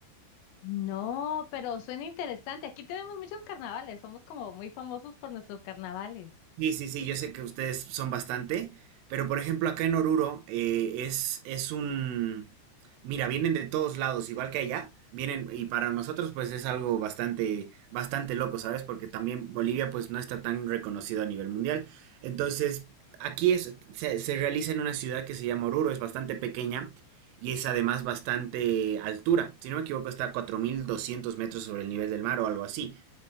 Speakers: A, on the left; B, on the right.
A: No, pero suena interesante. Aquí tenemos muchos carnavales, somos como muy famosos por nuestros carnavales.
B: Sí, sí, sí, yo sé que ustedes son bastante, pero por ejemplo acá en Oruro eh, es, es un... Mira, vienen de todos lados, igual que allá, vienen y para nosotros pues es algo bastante, bastante loco, ¿sabes? Porque también Bolivia pues no está tan reconocido a nivel mundial. Entonces, aquí es, se, se realiza en una ciudad que se llama Oruro, es bastante pequeña y es además bastante altura. Si no me equivoco, está a 4.200 metros sobre el nivel del mar o algo así.